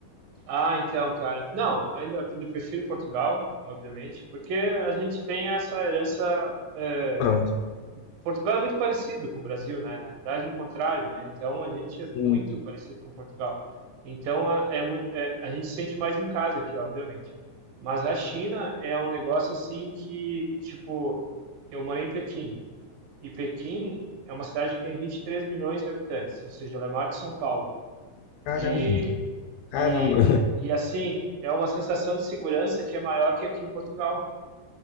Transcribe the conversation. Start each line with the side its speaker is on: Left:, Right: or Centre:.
Right: Ah, então, cara. Não, ainda pre- prefiro Portugal, obviamente, porque a gente tem essa herança. é,
Left: Pronto.
Right: Portugal é muito parecido com o Brasil, né? Na realidade, é o contrário, né? Então, a gente é muito
Left: Hum,
Right: parecido com Portugal. Então, a- é, mu- é, a gente se sente mais em casa aqui, obviamente. Mas a China é um negócio assim que, tipo, eu morei em Pequim, e Pequim é uma cidade que tem 23 milhões de habitantes, ou seja, ela é maior que São Paulo.
Left: Caramba,
Right: E, e,
Left: caramba.
Right: e assim, é uma sensação de segurança que é maior que aqui em Portugal.